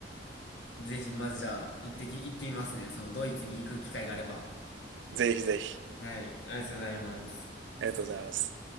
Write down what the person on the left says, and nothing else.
ぜひ、まずじゃあ、行ってき、行ってみますね。そのドイツに行く機会があれば。
はい、ありがとうございます。